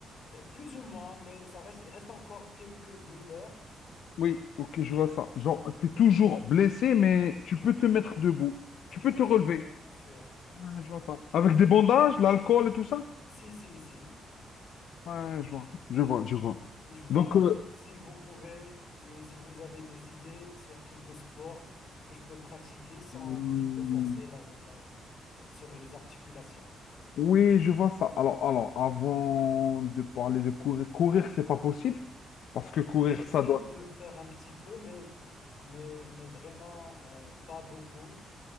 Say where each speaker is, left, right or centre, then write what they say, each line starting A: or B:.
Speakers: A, on the left; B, on the left.
A: Euh, Plus ou moins, mais ça reste, reste encore quelques douleurs.
B: Oui. Ok, je vois ça. Genre, t'es toujours blessé, mais tu peux te mettre debout.
A: Ah,
B: Tu
A: bien
B: peux te
A: sûr,
B: relever.
A: bien sûr.
B: Ouais, je vois ça. Avec des bandages, l'alcool et tout ça?
A: Si, si, si.
B: Ouais, je vois. Je vois, je vois.
A: Et je vois
B: Donc,
A: que
B: euh,
A: si vous pouvez et si vous avez des idées sur quelques sports que je peux pratiquer sans
B: hmm,
A: un petit peu forcer la, la- la- sur les articulations.
B: oui, je vois ça. Alors, alors, avant de parler de courir, courir, c'est pas possible parce que courir,
A: J'essaie
B: ça doit.
A: de faire un petit peu, mais, mais, mais vraiment euh, pas beaucoup.